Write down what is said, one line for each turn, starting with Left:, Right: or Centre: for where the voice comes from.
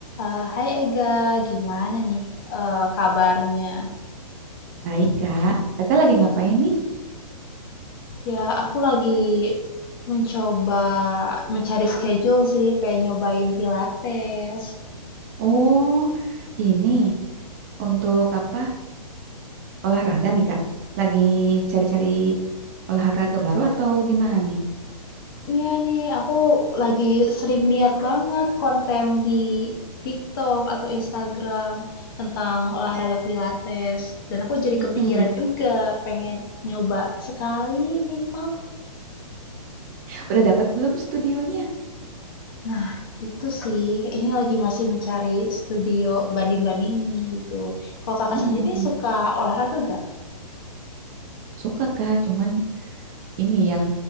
Left: Eh, hai Ega, gimana nih eh, kabarnya?
Right: Baik, Kak. Kakak lagi ngapain nih?
Left: Ya, aku lagi mencoba mencari schedule sih, pengen nyobain Pilates.
Right: Oh, ini untuk apa? Olahraga nih, Kak. Lagi cari-cari olahraga baru atau gimana nih?
Left: Iya nih, aku lagi sering lihat banget konten di TikTok atau Instagram tentang olahraga Pilates, dan aku jadi
Right: Mm-mm.
Left: kepikiran juga pengen nyoba sekali minimal.
Right: <laughs> Udah dapat belum studionya?
Left: Nah, itu sih. Ini lagi masih mencari studio banding-bandingin gitu. Kalau kakak
Right: Mm-mm.
Left: sendiri suka olahraga gak?
Right: Suka, Kak. Cuman ini yang